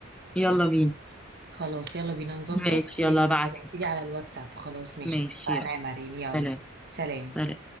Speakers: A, in the centre; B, on the right (about 55°).
A: يلا بينا
B: خلاص يلا بينا نظبط
A: ماشي
B: وابعتيلي
A: يلا ابعتلي
B: على الواتساب خلاص ماشي
A: ماشي
B: اتفقنا
A: يلا
B: يا مريم يلا
A: سلام
B: سلام
A: سلام